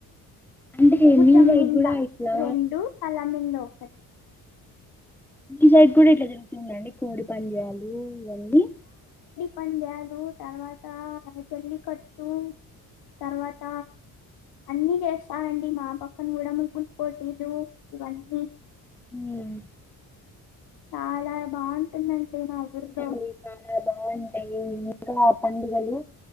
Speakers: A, in the centre; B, on the left (about 70°).
A: అంటే
B: భుజంమీంద
A: మీ సైడ్ కూడా ఇట్లా
B: రెండు తల మ న ఒక ఒకటి
A: మీ సైడ్ కూడా ఇట్లా జరుగుతుందండి కోడి పందాలు అండి
B: పంద్యాలు తర్వాత చెల్లి కట్టు తర్వాత అన్ని చేస్తారండి మా పక్కన కూడా ముగ్గుల్ పోటీలు ఇవన్నీ
A: హమ్
B: చాలా బాగుంటుందండి అనా అవుడంద
A: అవునండి చాలా బాగుంటాయి ఇంకా పండుగలు